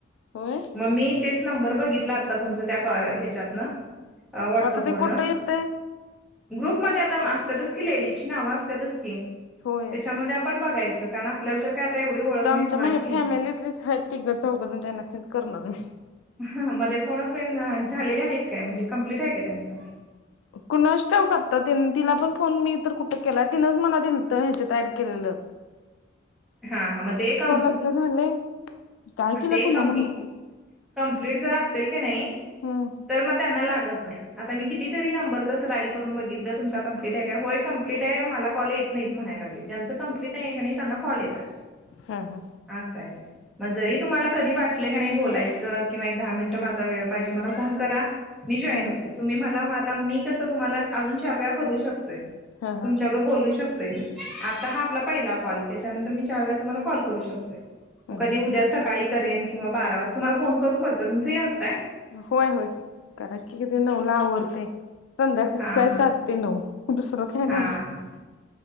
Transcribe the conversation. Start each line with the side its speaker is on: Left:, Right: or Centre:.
Left: होय.
Centre: मग मी तेच नंबर बघितला आता तुमचा त्या क ह्याच्यातन. अ वॉट्सअप
Left: आता ते
Centre: वरन.
Left: कुठं येतंय
Centre: ग्रुप मध्ये आता असतातच की लेडीजची नावं असतातच की.
Left: होय.
Centre: त्याच्यामध्ये आपण बघायच कारण आपल्या तर. काय एवढी ओळख
Left: आता
Centre: नाही
Left: आमच्या
Centre: कुणाची
Left: म ही फॅमिलीतलीच आहेत तिघ चौघेजन त्यांनाच करणार मी.
Centre: ह मध्ये फोन अप फ्रेंड झालेले आहेत काय म्हणजे कम्प्लीट आहे काय त्यांचं?
Left: कुणास ठाऊक आता तीन तिला पण फोन मी तर कुठे केलाय तिनंच मला दिलत ह्याच्यात ऍड केलेत.
Centre: हा हा म ते कम.
Left: लग्न झालंय काय
Centre: ह
Left: केलं
Centre: ते
Left: कुणाला
Centre: कम्प्
Left: माहिती
Centre: कंप्लीट जर असेल की नाही.
Left: हम्म
Centre: तर मग त्यांना लागत नाही आता मी कितीतरी नंबर तसं डायल करून बघितलं तुमचा कंप्लीट आहे काय होय क. कंप्लीट आहे मला कॉल येत नाही म्हणाय लागले ज्यांचं कंप्लीट आहे की नाही त्यांना कॉल येतात
Left: हा हा
Centre: अस आहे जरी
Left: होय
Centre: तुम्हाला
Left: काय
Centre: कधी वाट. ले कणी बोलायचं किंवा एक दहा मिनट माझा वेळ पाहिजे मला फोन करा मी जॉईन
Left: हम्म
Centre: होते. तुम्ही मला वाहता <unintelligible> मी कसं तुम्हाला अजून चार वेळा करू शकतोय.
Left: हा
Centre: तुमच्याबरोबर
Left: हा
Centre: बोलू शकतोय मी आता हा आपला पहिला कॉल. त्याच्या नंतर मी चार वेळा तुम्हला कॉल करू शकते मग
Left: ह
Centre: कधी
Left: ह
Centre: उद्या सकाळी करेन. किंवा बारा वाजता तुम्हाला फोन करून करतो तुम्ही फ्री असताय?
Left: होय, होय, करा की, किती नवला आवरतय. संध्याकाळीच
Centre: हा
Left: काय,
Centre: हा
Left: सात ते नऊ दुसरं काय
Centre: हा
Left: नाही.
Centre: हा